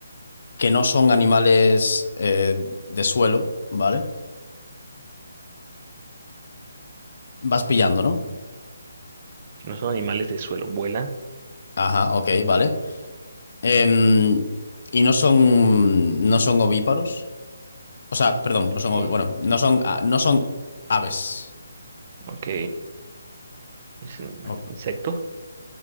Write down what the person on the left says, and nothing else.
que no son animales eh, de suelo, ¿vale? Vas pillando, ¿no?
Ajá, ok, vale. Em, y no son, no son ovíparos. O sea, perdón,
no son ovi- bueno, no son, a- no son aves.
O-